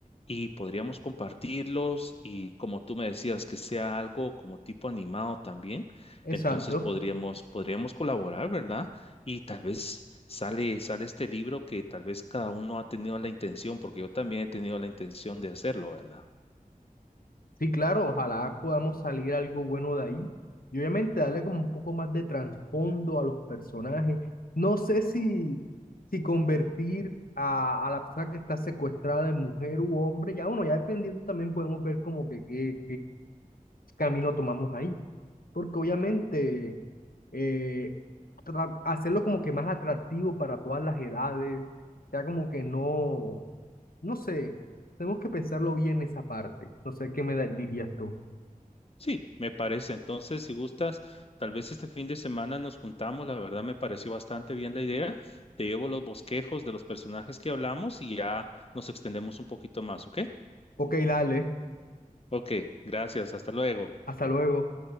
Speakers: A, on the left (about 40°); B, on the left (about 85°).
A: y podríamos compartirlos y como tú me decías, que sea algo como tipo animado también, entonces
B: Exacto.
A: podríamos, podríamos colaborar, ¿verdad? Y tal vez sale, sale este libro que tal vez cada uno ha tenido la intención, porque yo también he tenido la intención de hacerlo, ¿verdad?
B: Sí, claro, ojalá podamos salir algo bueno de ahí. Y obviamente darle como un poco más de trasfondo a los personajes. No sé si, si convertir a, a la persona que está secuestrada en mujer u hombre, ya bueno, ya dependiendo también podemos ver como que qué, camino tomamos ahí. Porque obviamente eh, tra- hacerlo como que más atractivo para todas las edades, ya como que no, no sé, tenemos que pensarlo bien esa parte. No sé qué me da- dirías tú.
A: Sí, me parece. Entonces, si gustas, tal vez este fin de semana nos juntamos. La verdad me pareció bastante bien la idea. Te llevo los bosquejos de los personajes que hablamos y ya nos extendemos un poquito más, ¿ok?
B: Ok, dale,
A: Ok, gracias. Hasta luego.
B: hasta luego.